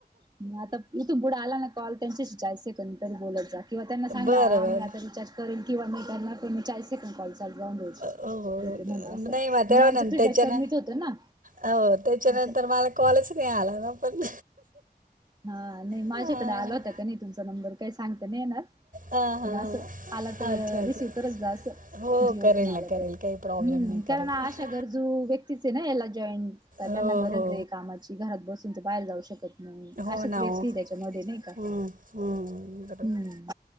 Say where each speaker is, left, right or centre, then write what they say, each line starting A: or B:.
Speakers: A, on the right (about 25°); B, on the right (about 55°).
A: मग आता इथून पुढे आला ना कॉल त्यांच्याशी चाळीस सेकंद तरी बोलत जा किंवा त्यांना सांगा
B: बरं
A: आम्ही
B: बरं
A: आता रिचार्ज करेल किंवा त्यांना पण चाळीस सेकंद पाहिजेत
B: हो
A: देते म्हण अस
B: नाही
A: म्हणजे
B: मग तेव्हा
A: आमच
B: नंतर
A: फीडबॅक
B: त्याच्यान
A: सबमिट होत ना.
B: हो त्याच्यानंतर
A: असं
B: मला कॉलच नाही आला ना पण.
A: हा नाही माझ्याकडे
B: हां
A: आला होता का नाही तुमचा नंबर काही सांगता नाही येणार.
B: हां हां
A: पण असं आला तर
B: अच्छा अच्छा
A: रिसिव करत जा असं
B: हो
A: जीओतून
B: करेल
A: आला
B: ना करेल
A: तर
B: काही प्रॉब्लेम
A: हम्म
B: नाही करेल
A: कारण अशा गरजू व्यक्तीचे ना याला जॉईंट का
B: हो
A: त्यांना गरज
B: हो
A: आहे कामाची घरात बसून तर बाहेर जाऊ शकत नाही
B: हो
A: अशाच
B: ना
A: व्यक्ती
B: हो
A: त्याच्यामध्ये नाही का
B: हम्म, हम्म, बरोबर
A: हम्